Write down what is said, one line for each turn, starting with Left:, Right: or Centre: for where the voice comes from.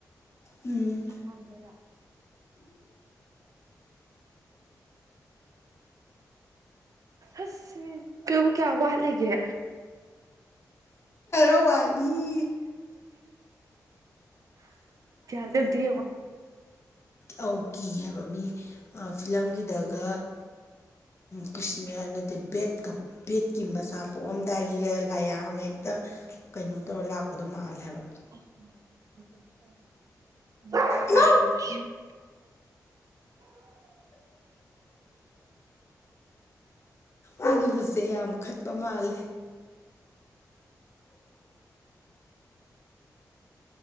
Left: ꯎꯝ
Right: ꯍꯗ ꯌꯥ ꯑꯁ ꯃꯤ ꯀꯕꯨ ꯀꯌꯥ ꯋꯥꯠꯂꯤꯒꯦ
Left: ꯋꯥꯂꯤ
Right: ꯑꯁꯦꯗꯤꯥꯎ
Left: ꯑꯧ ꯀꯤ ꯍꯥꯏꯕ ꯃꯤ ꯐꯤꯂꯝꯒꯤꯗꯒ ꯀ꯭ꯔꯤꯁꯅ ꯅꯠꯇꯦ ꯕꯦꯠꯀ ꯕꯦꯠꯀꯤ ꯃꯆꯥ ꯄꯣꯛꯑꯝꯗꯥꯏꯒꯤꯒ ꯂꯥꯏꯌꯥꯡ ꯍꯦꯛꯇ ꯀꯩꯅꯣ ꯇꯧꯔꯒ ꯂꯥꯛꯄꯗꯣ ꯃꯥꯜꯂꯦꯕ
Right: <inaudible>
Left: ꯏꯃꯥꯎ ꯑꯩꯒꯤ ꯍꯠꯁꯦ ꯌꯥꯝ ꯈꯠꯄ ꯃꯥꯜꯂꯦ